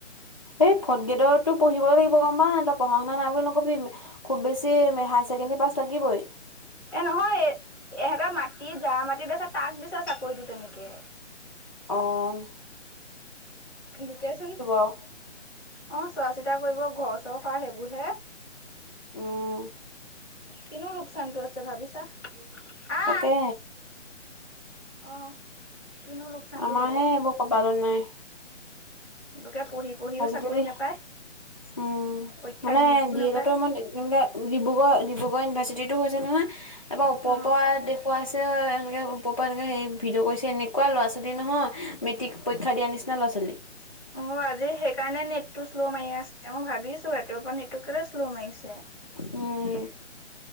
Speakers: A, on the left; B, in the centre.
A: এ ফটগেটৰটো পঢ়িব লাগিব গম পাহঁতই পঢ়া শুনা নাই বুলি নকবি। খুব বেছি হায়াই ছেকেণ্ডেৰী পাছ লাগিবই।
B: এ নহয় এ এহেটা মাটি জা মাটিত আছে তাক দিছে চাকৰিটো তেনেকে।
A: অঁ।
B: লোকেচোন।
A: আৰু
B: অ' চোৱা চিতা কৰিব ঘৰ চৰ খোৱা সেইবোৰ হে।
A: উম।
B: কিনো লোকচানতটো আছে ভাবিছা। আহ
A: তাকে।
B: অ', কিনো লোকচানটো
A: আমাৰহে
B: হ'ব।
A: এইবোৰ কপালত
B: <unintelligible>
A: নাই
B: লোকে পঢ়ি। পঢ়িও
A: আজিকালি
B: চাকৰি নাপায়
A: উম',
B: পৰীক্ষা
A: মানে
B: দি দিও
A: ডিএ
B: নাপায়।
A: লেটৰ মই কেনেকে। ডিব্ৰুগড় ডিব্ৰুগড় ইউনিভাৰ্চিটিটো হৈছে নহয় এাৰৰা ওপৰৰ
B: অ
A: পৰা দেখুৱাইছে এনেকৈ। উপ পা হেনেকে ভিডিঅ' কৰিছে এনেুৱা ল'ৰা -ছোৱালী নহয় মেটিকৰীক্ষা দিয়া নিচিনা ল'ৰা- ছোৱালী।
B: অ', আজি সেইকাৰণে নেটটো শ্ল' মাৰি আছে মই ভাবিছো ৰাতিপুৱাৰ পৰা নেট টো কেলে শ্ল' মাৰিছে। আছে।
A: উম,।